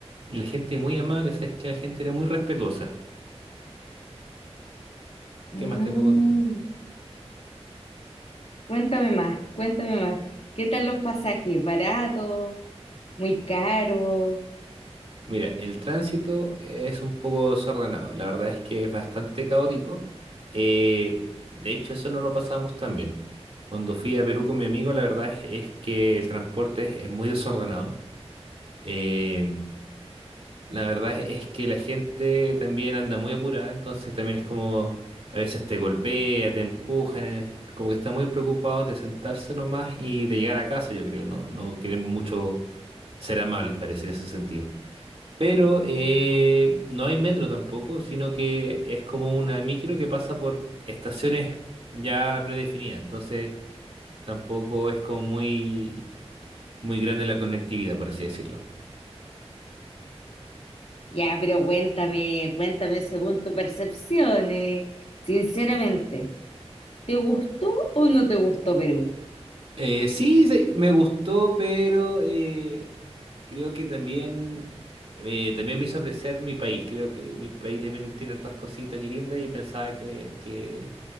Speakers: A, on the right; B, on the left.
A: y la gente muy amable, sabes que la gente era muy respetuosa.
B: Mm,
A: ¿Qué más te puedo contar?
B: cuéntame más, cuéntame más. ¿Qué tal los pasajes? ¿Barato? ¿Muy caro?
A: Mira, el tránsito es un poco desordenado, la verdad es que es bastante caótico. Eh, de hecho, eso no lo pasamos tan bien. Cuando fui a Perú con mi amigo, la verdad es, es que el transporte es, es muy desordenado. Eh, La verdad es es que la gente también anda muy apurada, entonces también es como a veces te golpea, te empujan, eh, como que está muy preocupado de sentarse nomás y de llegar a casa, yo creo, no, no quieren mucho ser amables, parece, en ese sentido. Pero eh, no hay metro tampoco, sino que es como una micro que pasa por estaciones ya predefinidas, entonces tampoco es como muy, muy grande la conectividad, por así decirlo.
B: Ya, pero cuéntame, cuéntame según tu percepción, eh, sinceramente, ¿te gustó o no te gustó Perú?
A: Eh, sí, sí, me gustó, pero eh, creo que también, eh, también me hizo apreciar mi país. Creo que mi país también tiene hartas cositas lindas y pensaba que, que